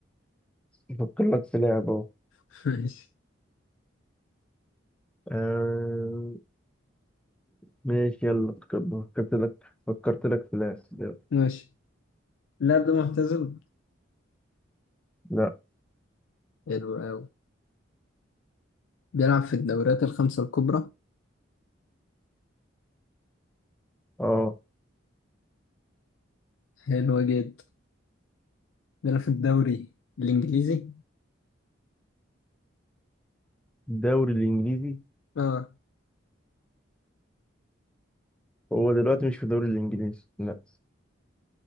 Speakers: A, in the centre; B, on the left.
A: افكر لك في لعبة اهو
B: <laughs> ماشي
A: آه، ماشي يلا فكرت لك فكرت لك في لعبة يلا.
B: ماشي اللاعب ده معتزل
A: لا
B: حلو أوي بيلعب في الدوريات الخمسة الكبرى
A: اه
B: حلو جدا ده في الدوري الانجليزي
A: الدوري الانجليزي
B: اه
A: هو دلوقتي مش في الدوري الانجليزي لا